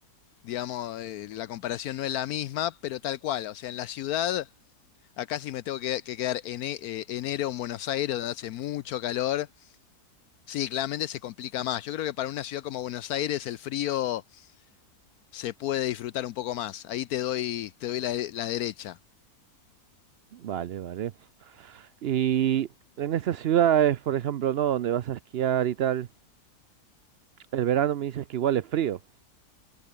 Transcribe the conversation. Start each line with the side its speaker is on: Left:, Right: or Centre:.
Left: digamos, eh, la comparación no es la misma, pero tal cual, o sea, en la ciudad, acá sí me tengo que, que quedar en e- eh, enero en Buenos Aires, donde hace mucho calor Sí, claramente se complica más. Yo creo que para una ciudad como Buenos Aires el frío se puede disfrutar un poco más. Ahí te doy, te doy la, la derecha.
Right: Vale, vale. Y en estas ciudades, por ejemplo, ¿no? Donde vas a esquiar y tal, el verano me dices que igual es frío.